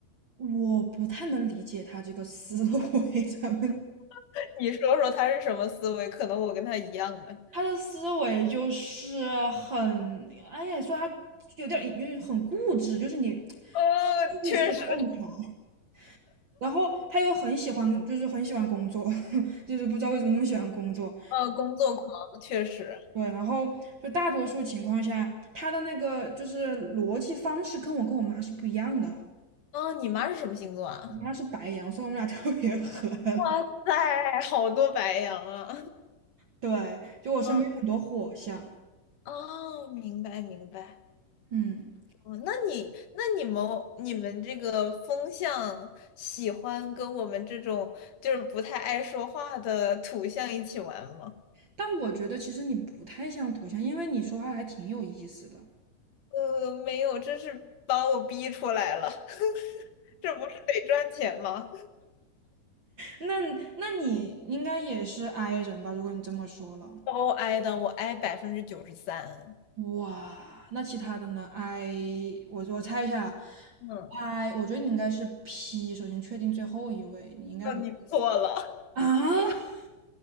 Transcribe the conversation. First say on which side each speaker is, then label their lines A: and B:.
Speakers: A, on the right (about 45°); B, on the left (about 70°).
A: 我不太能理解他这个思维，<laughs> 咱们
B: <laughs> 你说说他是什么思维？可能我跟他一样的。
A: 他的思维就是很，哎呀，说他有点儿就是很固执，就是你
B: 哦，
A: 轻易说不动他。
B: 确实，
A: 然后他又很喜欢，就是很喜欢工作，<laughs> 就是不知道为什么那么喜欢工作。
B: 呃，工作狂，确实。
A: 对，然后就大多数情况下，他的那个就是逻辑方式跟我跟我妈是不一样的。
B: 哦，你妈是什么星座啊？
A: 我妈是白羊，所以我们俩 <laughs> 特别合。<laughs>
B: <laughs> 哎，好多白羊啊。
A: 对，就我身边有很多火象，
B: <laughs> 嗯，哦，明白明白。
A: 嗯，
B: 哦，那你那你们你们这个风象喜欢跟我们这种就是不太爱说话的土象一起玩吗？
A: 但我觉得其实你不太像土象，因为你说话还挺有意思的。
B: 呃，没有，这是把我逼出来了，<laughs> 这不是得赚钱吗？
A: 那那你应该也是 I 人吧？如果你这么说了，
B: 包挨的，我挨百分之九十三。
A: 哇，那其他的呢？I，我我猜一下啊
B: 嗯，
A: ，I，我觉得你应该是 P，首先确定最后一位，你应该不是
B: 那你错了，
A: 啊？